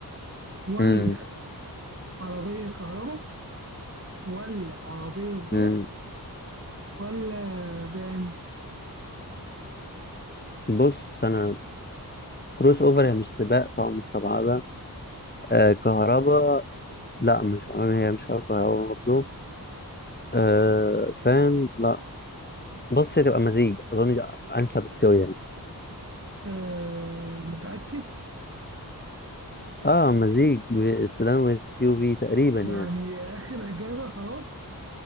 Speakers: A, on the right; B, on the left.
A: ولا
B: امم
A: عربية كهرباء ولا عربية سباق
B: امم
A: ولا فان
B: بص انا كروس اوفر هي مش سباق طبعا مستبعده آه كهرباء لا مش كهرباء هي مش كهرباء برضه آه فان لا بص هي تبقى مزيج اظن ده انسب اختيار يعني
A: آه متأكد
B: اه مزيج السيدان والسيو في تقريبا
A: يعني
B: يعني
A: آخر إجابة خلاص